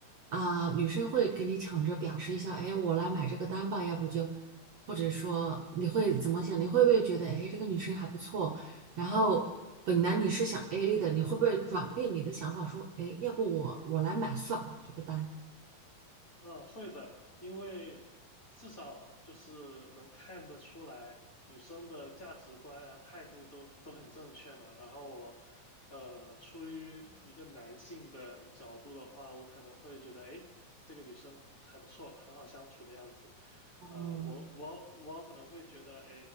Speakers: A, on the right (about 55°); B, on the left (about 25°).
A: 啊、女生会给你抢着表示一下，哎，我来买这个单吧，要不就，或者说你会怎么想？你会不会觉得，哎，这个女生还不错？然后本来你是想 AA 的，你会不会转变你的想法，说，哎，要不我我来买算了这个单？
B: 嗯，会的，因为至少就是能看得出来女生的价值观啊、态度都都很正确嘛。然后我，呃，出于一个男性的角度的话，我可能会觉得，哎，这个女生还不错，很好相处的样子。
A: 哦，
B: 呃，我我我可能会觉得，哎，